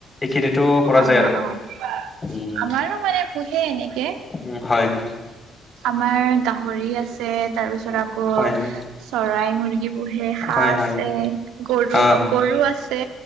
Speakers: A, on the left; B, on the right.
A: এইখিনিতো কৰা
B: অ',
A: যায় আৰু
B: অ',
A: উম।
B: আমাৰো মানে পোহে এনেকে।
A: উমঁ' হয় হয়।
B: আমাৰ গাহৰি আছে তাৰপিছত আকৌ
A: হয় হয়
B: চৰাই, মুৰ্গী পুহে হাঁহ
A: হয়
B: আছে,
A: হয়
B: গৰু-গৰু
A: হা হা
B: আছে